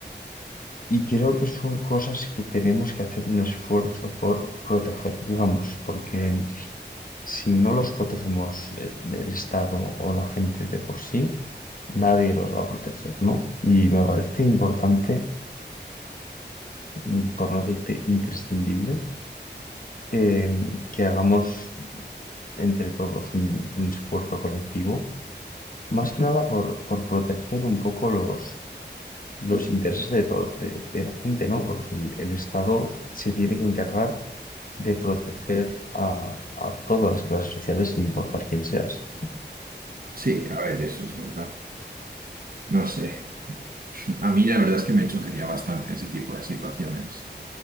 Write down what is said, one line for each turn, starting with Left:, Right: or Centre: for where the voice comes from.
Left: y creo que son cosas que tenemos que hacer un esfuerzo por proteger, digamos, porque si no los protegemos eh, el Estado o la gente de por sí, nadie los va a proteger, ¿no? Y me parece importante mm, por no decirte imprescindible, que, que hagamos entre todos un, un esfuerzo colectivo, más que nada por, por proteger un poco los, los intereses de, todo, de, de la gente, ¿no? Porque el, el Estado se tiene que encargar de proteger a, a todas las clases sociales, sin importar quién seas.
Right: Sí, a ver, eso es verdad. No sé. A mí la verdad es que me chocaría bastante ese tipo de situaciones.